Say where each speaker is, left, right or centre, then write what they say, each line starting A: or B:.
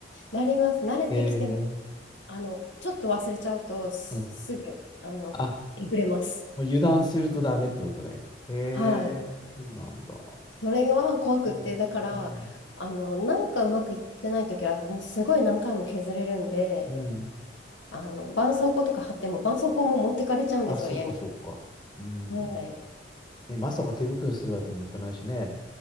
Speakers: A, on the left (about 80°); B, on the left (about 25°).
A: なります。慣れてきても、
B: へえ、
A: あの、ちょっと忘れちゃうと、すすぐ、
B: うん。
A: あの、
B: あ、
A: 溢れます。
B: もう油断するとダメってことね。へ
A: はい。
B: え、そうなんだ。
A: それは怖くって、
B: うん。
A: だから、
B: うん。
A: あの、なんかうまくいってないときは、もうすごい何回も削れるんで、
B: うん。
A: あの、絆創膏とか貼っても、絆創膏も持ってかれちゃうんですよ、
B: あ、そうか、
A: 矢に。
B: そうか。うん。
A: はい。い
B: ね、まさか手袋するわけにもいかないしね。